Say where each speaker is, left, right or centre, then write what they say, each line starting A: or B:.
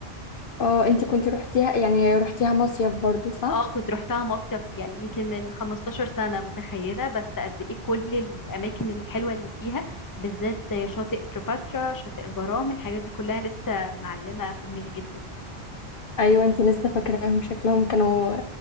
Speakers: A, on the left; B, on the left.
A: اه انت كنت روحتيها يعني روحتيها مصيف برضو صح
B: اه كنت رحتها مصيف يعني يمكن من 15 سنة متخيلة بس قد ايه كل الأماكن الحلوة اللي فيها بالذات شاطئ كليوباترا شاطئ الغرام الحاجات دي كلها لسه معلمة في دماغي جدا
A: ايوه انت لسه فاكراهم شكلهم كانوا